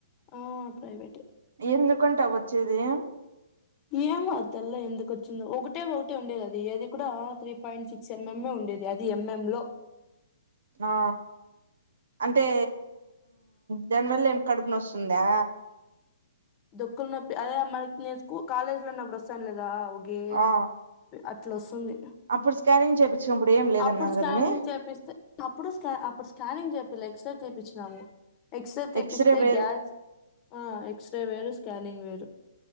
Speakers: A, on the left; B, on the right.
A: ఆ ప్రైవేటే
B: ఎందుకంటా వచ్చేది
A: ఏమో అ తెల్ల ఎందుకు వచ్చిందో ఒకటే ఒకటే ఉండేది అది ఏది కూడా త్రీ పాయింట్ సిక్స్ ఎంఎంఏ ఉ ఉండేది అది ఎంఎం లో
B: ఆ అంటే దానివల్లే ఏమి కడుపు నస్తుందా
A: దొక్కులు నొప్పి అదే మనకి నేను స్కూ కాలేజ్ లోన్నప్పుడు వస్తానులేదా ఓగి
B: ఆ
A: అట్లా వస్తుంది
B: అప్పుడు స్కానింగ్ చేపించినప్పుడు ఏం లేదన్నారు
A: అప్పుడు స్కానింగ్
B: కదా మీ
A: చేపిస్తె అప్పుడు అప్పుడు స్కానింగ్ చే వీళ్ళ్ ఎక్స్ తీపిచినాము ఎక్స్ తీపిస్తే
B: ఎక్స్రే వేరే
A: గ్యాస్ ఆ వేరు స్కానింగ్ వేరు